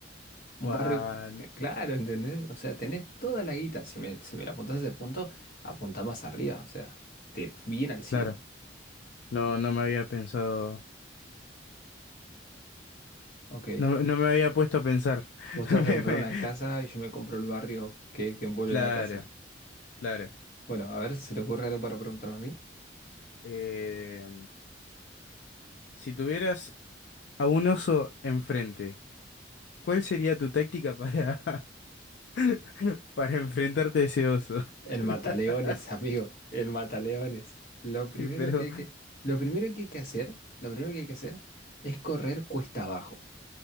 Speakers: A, on the left (about 50°); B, on the left (about 70°).
A: Un
B: Guau,
A: barrio, eh, claro, ¿entendés? O sea, tenés toda la guita. Si me, si me la apuntás a ese punto, apuntá más arriba, o sea, te, bien al cielo.
B: Claro, no, no me había pensado,
A: Ok.
B: no, me no me había puesto a pensar. <laughs>
A: Vos te vas a
B: Me-
A: comprar
B: me-
A: una casa y yo me compro el barrio que, que envuelve
B: Claro,
A: la casa.
B: claro.
A: Bueno, a ver, ¿se te ocurre algo para preguntarme a mí?
B: Eh, si tuvieras a un oso enfrente, ¿cuál sería tu táctica para, <laughs> para enfrentarte a ese oso?
A: El mataleones,
B: <laughs>
A: <laughs> amigo, el mataleones. Lo primero
B: Pero,
A: que hay que, lo primero que hay que hacer, lo primero que hay que hacer es correr cuesta abajo.